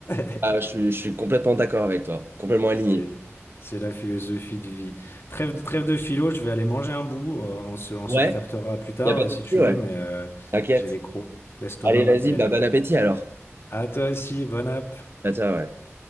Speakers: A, on the left; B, on the right.
A: <laughs>
B: Ah, je, suis je suis complètement d'accord avec toi, complètement aligné.
A: C'est, c'est la philosophie de vie. Trêve, de- trêve de philo, je vais aller manger un bout. euh, on se, on
B: Ouais,
A: se recaptera plus tard
B: y a pas
A: euh,
B: de souci,
A: si tu
B: ouais.
A: veux, mais euh,
B: T'inquiète.
A: j'ai les crocs. L'estomac
B: Allez,
A: m'appelle.
B: vas-y, bah, bon appétit alors.
A: À toi aussi, bonne app.
B: Ah, ça, ouais.